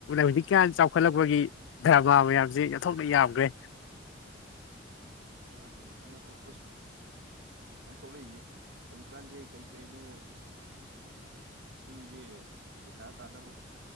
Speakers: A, on the left; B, on the right.
A: ꯍꯧꯖꯤꯛ ꯀꯌꯥꯟ ꯆꯥꯎꯈꯠꯂꯛꯄꯒꯤ ꯗꯔꯃꯥ ꯃꯌꯥꯝꯁꯦ ꯊꯣꯛꯅ ꯌꯥꯝꯈ꯭ꯔꯦ
B: ꯑꯅꯤ ꯑ ꯄꯁꯤ ꯌꯥꯝ ꯊꯣꯛꯂꯛꯏꯌꯦ ꯍꯧꯖꯤꯛꯀꯥꯟꯁꯦ ꯀꯩ ꯀꯩꯅꯣ ꯃꯤꯖꯦ ꯄꯩꯁꯥ ꯇꯥꯟꯅꯕ